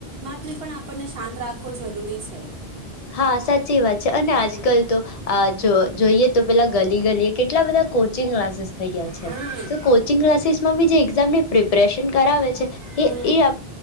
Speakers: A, on the right; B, on the left.
A: ને પણ આપણને શાંત રાખવો જરૂરી છે.
B: હા સાચી વાત છે, અને
A: હમ
B: આજકાલ તો આ જો જોઈએ તો પેલા ગલી ગલીએ કેટલા બધા કોચિંગ ક્લાસીસ થઈ ગયા
A: હમ
B: છે. તો કોચિંગ ક્લાસીસ માં બી જે એક્ઝામની પ્રિપરેશન કરાવે છે.
A: હમ
B: એ એ